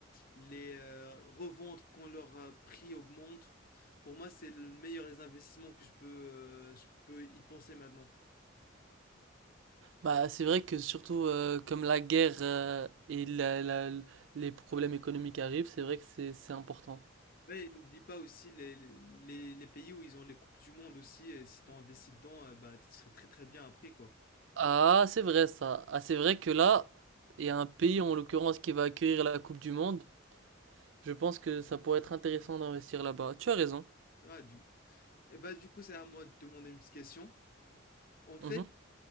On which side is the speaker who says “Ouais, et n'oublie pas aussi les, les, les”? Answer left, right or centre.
Left